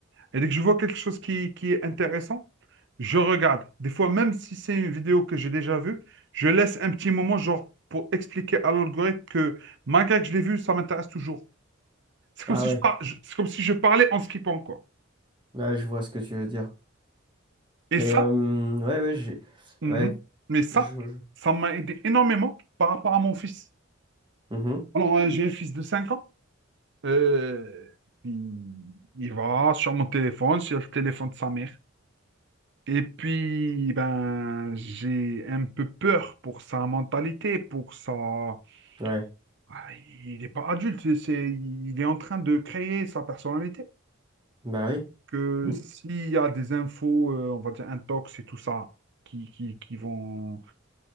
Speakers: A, on the right (about 60°); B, on the right (about 25°).
A: Et dès que je vois quelque chose qui, qui est intéressant, je regarde. Des fois, même si c'est une vidéo que j'ai déjà vue, je laisse un petit moment, genre, pour expliquer à l'algorithme que malgré que je l'ai vu, ça m'intéresse toujours. C'est comme
B: Ah
A: si
B: ouais.
A: je par- je- c'est comme si je parlais en skippant, quoi.
B: Là, je vois ce que tu veux dire.
A: Et
B: Mais
A: ça,
B: euh, ouais, ouais, j'ai...
A: mhm.
B: Ouais,
A: mais ça,
B: je... je-
A: ça m'a aidé énormément par rapport à mon fils.
B: Mhm.
A: Alors, euh, j'ai un fils de 5 ans. Euh, il, il va sur mon téléphone, sur le téléphone de sa mère. Et puis, ben, j'ai un peu peur pour sa mentalité, pour sa...
B: Ouais.
A: Ah, Il n'est pas adulte, c'est, c'est- il est en train de créer sa personnalité.
B: Bah oui.
A: Que
B: Mhm.
A: s'il y a des infos, euh, on va dire intox et tout ça, qui, qui, qui vont,